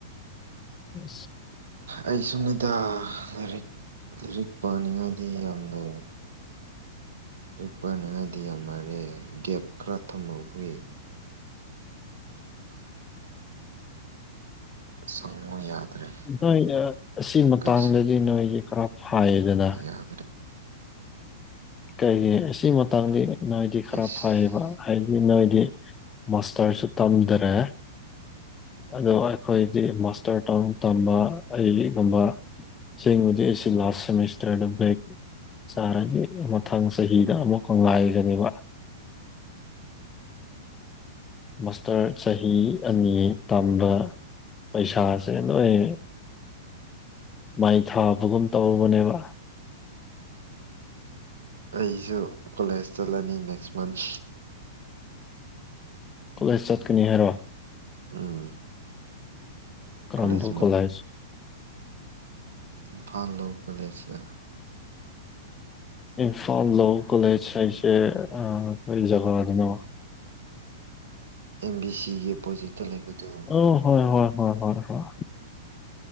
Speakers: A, on the left (about 20°); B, on the right (about 70°).
A: ꯑ
B: ꯑꯩꯁꯨꯅꯤꯗ ꯂꯥꯏꯔꯤꯛ ꯂꯥꯏꯔꯤꯛ ꯄꯥꯅꯤꯡꯉꯥꯏꯗꯤ ꯌꯥꯝꯅ ꯄꯛ ꯄꯥꯅꯤꯉꯥꯏꯗꯤ ꯌꯥꯝ ꯃꯥꯔꯦ ꯒꯦꯞ ꯈꯔ ꯊꯝꯍꯧꯕꯒꯤ ꯁꯪꯉꯣ ꯌꯥꯗ꯭ꯔꯦ
A: ꯅꯣꯏ ꯑꯁꯤ ꯃꯇꯥꯡꯗꯗꯤ
B: ꯀꯟꯁꯦꯞ
A: ꯅꯣꯏꯁꯦ ꯈꯔ ꯍꯥꯏꯗꯅ
B: ꯌꯥꯗ꯭ꯔꯦ
A: ꯀꯩꯒꯤ ꯑꯁꯤ ꯃꯇꯥꯡꯗꯤ ꯅꯗꯤ ꯈꯔ
B: ꯑꯁ
A: ꯐꯩꯌꯦꯕ ꯍꯥꯏ ꯅꯣꯏꯗꯤ ꯃꯥꯁꯇꯔꯁꯨ ꯇꯝꯗꯔꯦ ꯑꯗꯣ ꯑꯩꯈꯣꯏꯗꯤ ꯃꯥꯁꯇꯔ ꯇꯥꯎ ꯇꯝꯕ ꯑ ꯂꯤꯒꯨꯝꯕ ꯁꯤꯁꯤꯡꯕꯨꯗꯤ ꯁꯤ ꯂꯥꯁ ꯁꯦꯃꯤꯁꯇꯔꯦꯛ ꯆꯔꯒꯤ ꯃꯊꯪ ꯆꯍꯤꯗ ꯑꯃꯨꯛꯀ ꯉꯥꯏꯒꯅꯦꯕ ꯃꯥꯁꯇꯔ ꯆꯍꯤ ꯑꯅꯤ ꯇꯝꯕ ꯄꯩꯁꯥꯁꯦ ꯂꯣꯏ ꯃꯥꯏ ꯊꯥꯕꯒꯨꯝ ꯇꯧꯔꯔꯕꯅꯦꯕ
B: ꯑꯩꯁꯨ ꯀꯣꯂꯦꯖ ꯆꯠꯂꯅꯤ ꯅꯦꯛꯁ ꯃꯟꯠ
A: ꯀꯣꯂꯦꯖ ꯆꯠꯀꯅꯤ ꯍꯥꯏꯔꯣ
B: ꯎꯝ
A: ꯀꯔꯝꯕ
B: ꯀꯂꯦꯖ ꯑꯃ
A: ꯀꯣꯂꯦꯖ
B: ꯏꯝꯐꯥꯜ ꯂꯣ ꯀꯂꯦꯁ
A: ꯏꯝꯐꯥꯜ ꯂꯣ ꯀꯣꯂꯦꯖ ꯍꯥꯏꯁꯦ ꯑꯩꯖꯒꯥ ꯂꯅꯤꯃꯣ
B: <unintelligible> <unintelligible> ꯑꯦꯝ ꯕꯤ ꯁꯤꯒꯤ ꯑꯣꯄꯣꯖꯤꯠꯇ ꯂꯩꯕꯗꯅꯤ
A: ꯑꯣ ꯍꯣꯏ ꯍꯣꯏ ꯍꯣꯏ ꯍꯣꯏ ꯍꯣꯏ